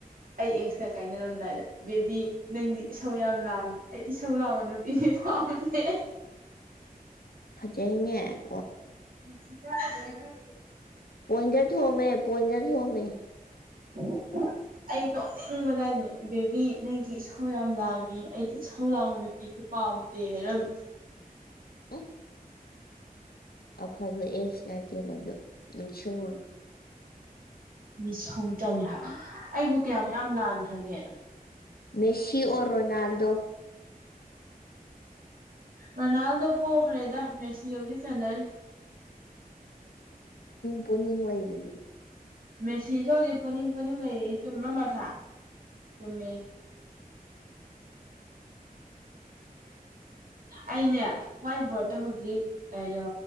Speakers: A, on the right; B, on the left.
A: ꯑꯩ ꯑꯦꯛꯁꯇ ꯀꯥꯏꯅꯔꯝꯗꯥꯏꯗ ꯕꯦꯕꯤ ꯅꯪꯗꯤ ꯏꯁꯧ ꯌꯥꯝ ꯂꯥꯡꯏꯤ ꯑꯩ ꯏꯁꯧ ꯂꯥꯡꯕ ꯅꯨꯄꯤꯁꯦ ꯄꯥꯝꯗꯦ
B: ꯌꯥꯏꯅꯦ
A: ꯁꯤ <unintelligible>
B: ꯄꯣꯏꯟꯗ ꯊꯣꯝꯃꯦ ꯄꯣꯏꯟꯗ ꯊꯣꯝꯃꯦ
A: <unintelligible> ꯑꯩ ꯅꯣꯛꯅꯤꯡꯕꯗꯅꯦ ꯕꯦꯕꯤ ꯅꯪꯗꯤ ꯏꯁꯧ ꯌꯥꯝ ꯂꯥꯡꯉꯤ ꯑꯩꯗꯤ ꯏꯁꯧ ꯂꯥꯡꯕ ꯅꯨꯄꯤꯗꯤ ꯄꯥꯝꯗꯦ ꯍꯥꯏꯔꯝꯃꯤ
B: ꯎꯝ ꯑꯐꯕ ꯑꯦꯁꯥꯛꯁ ꯅꯠꯇꯦ ꯃꯗꯨ ꯅꯤꯡꯁꯤꯡꯉꯨꯅꯨ
A: ꯃꯤꯁꯧ ꯆꯪꯉꯦ ꯍꯥꯏꯕ ꯑꯩꯕꯨ ꯀꯌꯥꯃꯨꯛ ꯌꯥꯝ ꯂꯥꯟꯈ꯭ꯔꯒꯦ
B: ꯃꯦꯁꯤ ꯑꯣꯔ ꯔꯣꯅꯥꯜꯗꯣ
A: ꯔꯣꯅꯥꯜꯗꯣ ꯄꯣꯛꯈ꯭ꯔꯦꯗ ꯃꯦꯁꯤ ꯍꯧꯖꯤꯛ ꯆꯟꯅꯔꯤ
B: ꯄꯨꯛꯅꯤꯡ ꯂꯩꯔꯤꯌꯦ
A: ꯃꯦꯁꯤꯁꯨ ꯍꯧꯖꯤꯛ ꯄꯣꯅꯤꯡ ꯄꯣꯅꯤꯡ ꯂꯩꯔꯤꯌꯦ ꯆꯨꯝꯕ꯭ꯔ ꯃꯊꯥ ꯆꯨꯝꯃꯦ ꯑꯩꯅꯦ ꯍ꯭ꯋꯥꯏꯠ ꯕꯣꯔꯗꯠꯇ ꯍꯧꯖꯤꯛ ꯀꯩꯅꯣ